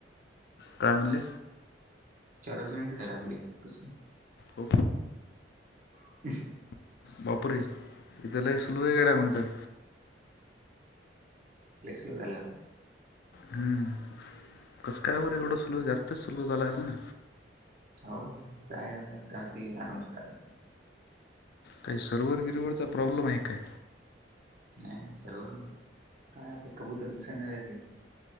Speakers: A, on the left; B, on the right.
A: काय म्हणले?
B: चारच मिनिटच झाले आपले. कस काय.
A: हो.
B: ह <unintelligible>
A: बापरे. इथ लई स्लोये गड्या मग तर.
B: पसल झाला <unintelligible>
A: हम्म. कसं कायबर एवढं स्लो. जास्तच स्लो झालाय ना.
B: होव. काय आता चालते. आठवाजताला.
A: काही सर्वर बिर्वरचा प्रॉब्लेम आहे काय?
B: नाही नाही सर्वर. काय आपले कबूतर दिसाना झाले.